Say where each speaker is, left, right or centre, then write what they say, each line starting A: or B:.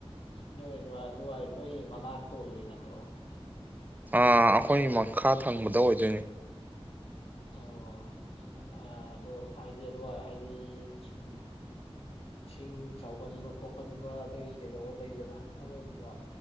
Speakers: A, on the left; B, on the right.
A: ꯅꯣꯏ ꯑꯗꯨꯋꯥꯏ ꯑꯗꯨꯋꯥꯏ ꯅꯣꯏ ꯃꯅꯥꯛꯇ ꯑꯣꯏꯗꯣꯏ ꯅꯠꯇ꯭ꯔꯣ
B: ꯑꯥ ꯑꯈꯣꯏꯒꯤ ꯃꯈꯥ ꯊꯪꯕꯗ ꯑꯣꯏꯗꯣꯏꯅꯤ
A: ꯑꯣ ꯑꯗꯨ ꯍꯥꯏꯗꯤ ꯑꯗꯨꯋꯥꯏ ꯍꯥꯏꯗꯤ ꯁꯨꯝ ꯏꯁꯤꯡ ꯆꯥꯎꯒꯟꯕ ꯈꯣꯀꯟꯕ ꯑꯗꯒꯤ ꯀꯩꯗꯧꯕ ꯂꯩꯗꯅ ꯑꯗꯨꯒꯨꯝꯕ